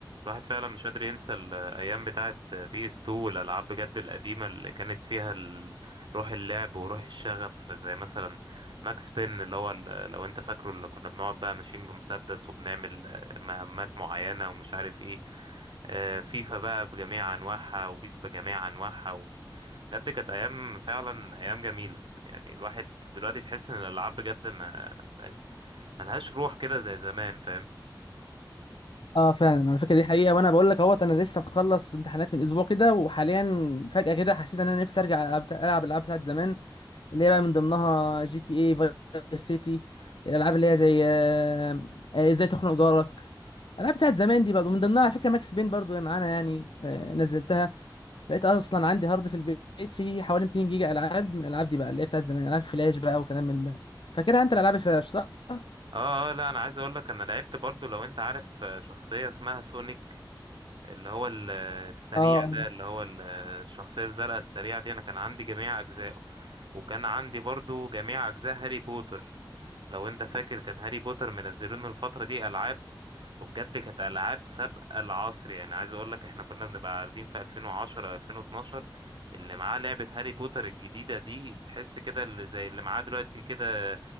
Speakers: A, on the right (about 75°); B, on the left (about 85°).
A: الواحد فعلا مش قادر ينسى الايام بتاعه بي اس 2 والالعاب بجد القديمه اللي كانت فيها ال- روح اللعب وروح الشغف زي مثلا ماكس بين اللي هو ال- لو انت فاكره اللي كنا بنقعد بقى ماشيين بمسدس وبنعمل آه، مهمات معينه ومش عارف ايه آه، فيفا بقى بجميع انواعها وبيس بجميع انواعها و... بجد كانت ايام فعلا ايام جميله يعني الواحد دلوقتي تحس ان الالعاب بجد ما بقت ملهاش روح كده زي زمان فاهم
B: اه فعلا انا فاكر دي حقيقه وانا بقول لك اهوت انا لسه مخلص امتحانات من اسبوع كده وحاليا فجاه كده حسيت ان انا نفسي ارجع العب العب الالعاب بتاعت زمان اللي هي بقى من ضمنها جي تي اي فايس سيتي الالعاب اللي هي زي آه، آه، ازاي تخنق جارك الالعاب بتاعت زمان دي برضه من ضمنها على فكره ماكس بين برضه معانا يعني آه، نزلتها لقيت اصلا عندي هارد في البيت فيه حوالي 200 جيجا العاب من الالعاب دي بقى اللي هي بتاعت زمان العاب فلاش بقى وكلام من ده فاكرها انت الالعاب الفلاش صح؟ اه
A: اه اه لا انا عايز اقول لك انا لعبت برضو لو انت عارف آه، شخصية اسمها سونيك اللي هو ال- آه، السريع
B: اه
A: ده اللي هو ال- آه، الشخصية الزرقاء السريعة دي انا كان عندي جميع اجزائه وكان عندي برضو جميع اجزاء هاري بوتر لو انت فاكر كانت هاري بوتر منزلينه الفترة دي العاب وبجد كانت العاب سابقة العصر يعني عايز اقول لك احنا كنا بنبقى قاعدين في 2010 2012 اللي معاه لعبة هاري بوتر الجديدة دي تحس كده اللي زي اللي معاه دلوقتي كده